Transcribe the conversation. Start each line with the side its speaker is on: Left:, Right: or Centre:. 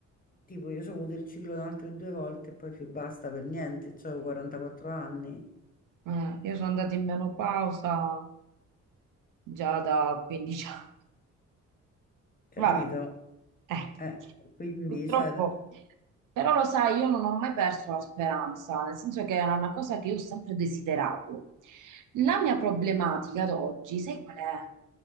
Left: tipo, io ho avuto il ciclo da altre due volte e poi più basta per niente, cioè, ho 44 anni,
Right: Eh, io sono andata in menopausa già da 15 anni.
Left: capito?
Right: Vabbè, eh,
Left: Eh, quindi,
Right: purtroppo.
Left: cioè,
Right: Però lo sai, io non ho mai perso la speranza, nel senso che era una cosa che io ho sempre desiderato. La mia problematica ad oggi, sai qual è?